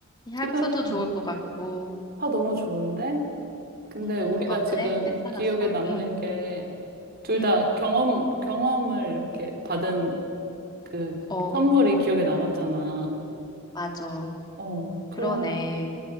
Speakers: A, on the left; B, on the right.
A: 향수도
B: 지금, 어,
A: 좋을 것 같고.
B: 화 너무 좋은데? 근데
A: 음,
B: 우리가
A: 어때?
B: 지금
A: 괜찮았어?
B: 기억에 남는
A: 음,
B: 게, 둘
A: 음.
B: 다 경험, 경험을 이렇게 받은 그
A: 어.
B: 선물이 기억에 남았잖아.
A: 맞아.
B: 어, 그런,
A: 그러네.